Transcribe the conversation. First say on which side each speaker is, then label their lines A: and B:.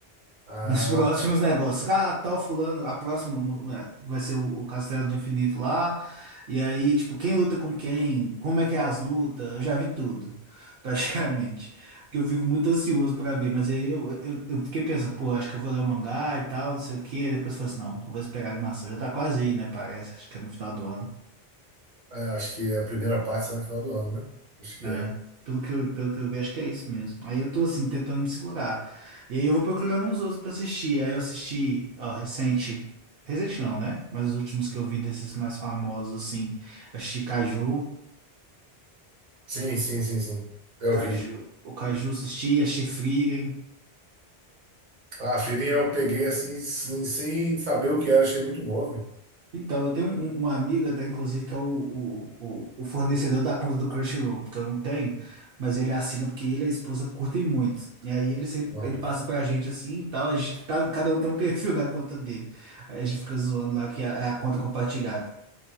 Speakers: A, on the right; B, on the right.
A: Ah,
B: Nos <laughs> próximos
A: tá.
B: negócios. Ah, tal fulano, a próxima no- no- é, vai ser o, o Castelo do Infinito lá. E aí, tipo, quem luta com quem? Como é que é as lutas? Eu já vi tudo, <laughs> praticamente. Porque eu fico muito ansioso pra ver. Mas aí eu, eu, eu fiquei pensando, pô, acho que eu vou ler o mangá e tal, não sei o quê. Aí depois eu falei assim, não, eu vou esperar a animação. Já tá quase aí, né? Parece, acho que é no final do ano.
A: É, acho que a primeira parte sai no final do ano, né? Acho que
B: É,
A: é.
B: pelo que eu, pelo que eu vi, acho que é isso mesmo. Aí eu tô assim, tentando me segurar. E aí eu vou procurando uns outros pra assistir. Aí eu assisti, ó, recente. Recente não, né? Mas os últimos que eu vi desses mais famosos, assim. Assisti Caju,
A: Sim, sim, sim, sim. Eu
B: Caju,
A: vi.
B: o Caju assisti, assisti Frieren.
A: Ah, Frieren eu peguei assim, sem, sem saber o que era. Achei muito bom, velho.
B: Então, eu tenho um, um amigo, até inclusive, que é o, o, o, o fornecedor da conta do Crunchyroll, porque eu não tenho, mas ele assina porque ele e a esposa curtem muito. E aí ele sempre
A: Uhum.
B: ele passa pra gente assim e tal, a gente tá, cada um tem um <laughs> perfil na conta dele. Aí a gente fica zoando lá que é a, é a conta compartilhada.